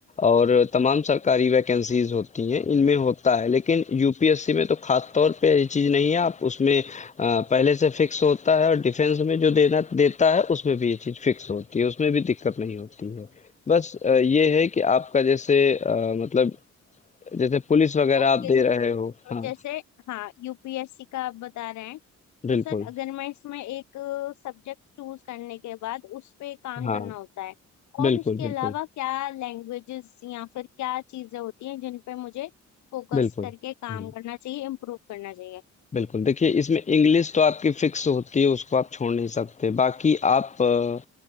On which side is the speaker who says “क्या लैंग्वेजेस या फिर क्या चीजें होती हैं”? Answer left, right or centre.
Left